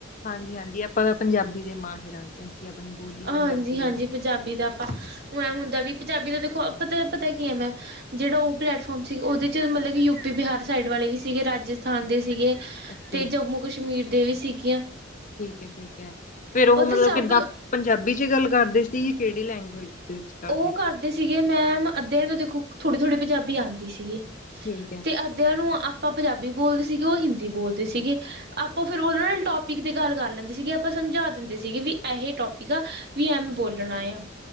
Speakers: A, on the left; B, on the right.
A: ਹਾਂਜੀ-ਹਾਂਜੀ ਆਪਾਂ ਤਾਂ ਪੰਜਾਬੀ ਦੇ ਮਾਹਿਰ ਹਾਂ। ਕਿਉਂਕਿ ਆਪਣੀ ਬੋਲੀ
B: ਹਾਂਜੀ-ਹਾਂਜੀ
A: ਪੰਜਾਬੀ ਹੈ ਨਾ।
B: ਪੰਜਾਬੀ ਦਾ ਆਪਾਂ, ਹੁੰਦਾ ਵੀ ਪੰਜਾਬੀ ਦਾ, ਦੇਖੋ ਪਤਾ ਪਤਾ ਕੀ ਹੈ। ਮੈਂ ਜਿਹੜਾ ਉਹ ਪਲੈਟਫਾਰਮ ਸੀ ਉਹਦੇ 'ਚ ਮਤਲਬ ਕਿ ਯੂ ਪੀ, ਬਿਹਾਰ ਸਾਈਡ ਵਾਲੇ ਵੀ ਸੀਗੇ। ਰਾਜਸਥਾਨ ਦੇ ਸੀਗੇ।
A: ਓਕੇ
B: ਤੇ ਜੰਮੂ ਕਸ਼ਮੀਰ ਦੇ ਵੀ ਸੀਗੀਆਂ।
A: ਠੀਕ ਹੈ। ਠੀਕ ਹੈ। ਫੇਰ ਉਹ
B: ਤੇ
A: ਮਤਲਬ
B: ਸਭ
A: ਕਿੱਦਾਂ? ਪੰਜਾਬੀ 'ਚ ਗੱਲ ਕਰਦੇ ਸੀ। ਕਿਹੜੀ ਲੈਂਗੁਏਜ ਵਿੱਚ ਕਰਦੇ।
B: ਉਹ ਕਰਦੇ ਸੀਗੇ ਮੈਮ, ਅੱਧੇ ਦੇਖੋ ਥੋੜੀ- ਥੋੜੀ ਪੰਜਾਬੀ ਆਉਂਦੀ ਸੀਗੀ।
A: ਠੀਕ ਹੈ।
B: ਤੇ ਅੱਧਿਆਂ ਨੂੰ ਆਪਾਂ ਪੰਜਾਬੀ ਬੋਲਦੇ ਸੀਗੇ, ਉਹ ਹਿੰਦੀ ਬੋਲਦੇ ਸੀਗੇ। ਆਪਾਂ ਫਿਰ ਉਹਨਾਂ ਨਾਲ ਟੋਪਿਕ ਤੇ ਗੱਲ ਕਰ ਲੈਂਦੇ ਸੀਗੇ, ਆਪਾਂ ਸਮਝਾ ਦਿੰਦੇ ਸੀਗੇ। ਵੀ ਇਹ ਟੋਪਿਕ ਠੀਕ ਆ, ਵੀ ਐਵੇ ਬੋਲਣਾ ਆ।